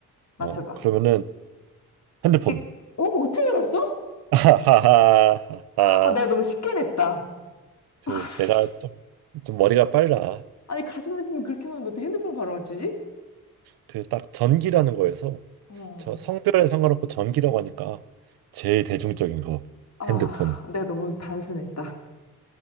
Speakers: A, on the left; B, on the right.
A: 맞춰봐.
B: 어 그러면은 핸드폰.
A: 직, 어? 어떻게 알았어?
B: <laughs> 하하하하하.
A: 아, 내가 너무 쉽게 냈다.
B: 그
A: <laughs>
B: 내가 좀 좀 머리가 빨라.
A: 아니, 가전제품이 그렇게 많은데 어떻게 핸드폰을 바로 맞추지?
B: 그 딱 전기라는 거에서
A: 어.
B: 저 성별에 상관없고 전기라고 하니까 제일 대중적인 거
A: 아,
B: 핸드폰.
A: 내가 너무 단순했다.